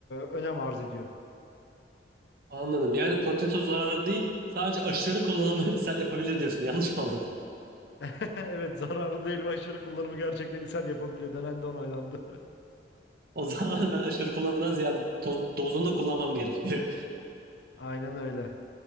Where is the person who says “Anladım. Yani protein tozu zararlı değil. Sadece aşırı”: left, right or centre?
Right